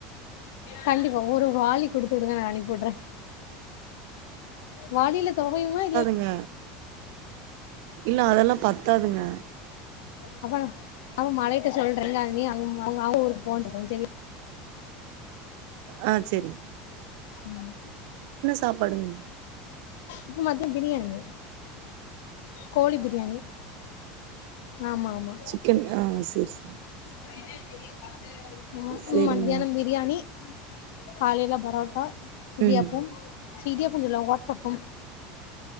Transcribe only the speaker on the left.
கண்டிபா ஒரு வாலி குடுத்துடுங்க நா அனுப்பி உட்ற வாளியில தொவையுமா இல்ல
அப்ப அவ மழயிட்ட சொல்ற நீங்க நீ <unintelligible> அவ்ங்க ஊருக்கு போன்ற செரியா
ம்
இப்ப மத்தியம் பிரியாணி கோழி பிரியாணி ஆமா ஆமா
மன தெரிய கந்த <inaudible>
ம் மத்தியானம் பிரியாணி காலையில பரோட்டா இடியாப்பம்
சி இடியாப்பம் சொல்லல ஒட்டஅப்பம்